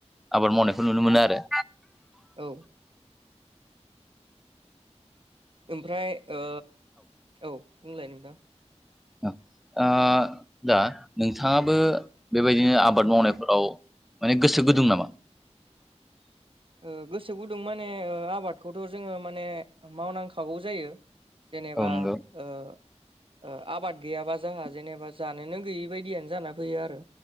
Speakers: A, in the centre; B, on the right.
A: आबाद मावनायखौ नुनो मोनो आरो
B: औ ओमफ्राय ओ औ बुंलाय नोंथां
A: <unintelligible> दा नोंथाङाबो बेबायदिनो आबाद मावनायफोराव माने गोसो गुदुं नामा?
B: ओ गोसो गुदुं माने ओ आबादखौथ जोङो माने मावनांखागौ जायो जेनेबा
A: औ नंगौ
B: ओ ओ आबाद गैयाबा जोंहा जेनेबा जानोनो गैयि बायदियानो जाना फैयो आरो